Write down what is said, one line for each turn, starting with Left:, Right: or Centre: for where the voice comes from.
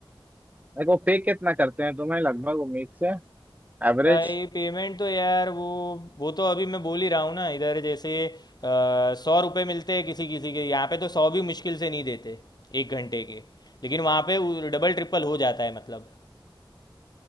Right: देखो पे कितना करते हैं तुम्हें लगभग उम्मीद से एवरेज
Left: भाई पेमेंट तो यार वो वो तो अभी मैं बोल ही रहा हूँ ना इधर जैसे सौ रुपये मिलते हैं किसी किसी के यहाँ पे तो सौ भी मुश्किल से नहीं देते एक घंटे के लेकिन वहाँ पे डबल ट्रिपल हो जाता है मतलब